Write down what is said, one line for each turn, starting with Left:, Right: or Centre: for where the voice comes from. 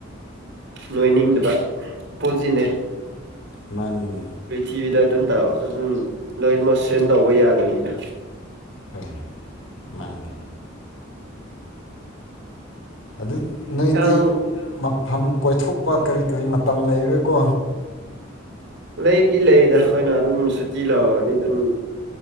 Right: ꯅꯣꯏꯅꯤꯡꯗꯕ ꯄꯣꯠꯁꯤꯅꯦ
Left: ꯃꯥꯅꯤ
Right: ꯄ꯭ꯔꯤꯊꯤꯕꯤꯗ ꯑꯗꯨꯝ ꯇ ꯑꯗꯨꯝ ꯂꯣꯏꯅꯃꯛ ꯁꯦꯟ ꯇꯧꯕ ꯌꯥꯗꯕꯅꯤꯅ
Left: ꯍꯣꯏ ꯃꯥꯅꯦ ꯑꯗꯨ ꯅꯣꯏꯗꯤ
Right: ꯌꯥꯝ
Left: ꯃꯐꯝ ꯀꯣꯏꯊꯣꯛꯄ ꯀꯔꯤ ꯀꯔꯤ ꯃꯇꯝ ꯂꯩꯔꯣꯏꯀꯣ
Right: ꯂꯩꯕꯨꯗꯤ ꯂꯩꯗ ꯑꯩꯈꯣꯏꯅ ꯑꯗꯨꯝ ꯁꯨꯇꯤ ꯂꯧꯔꯗꯤ ꯑꯗꯨꯝ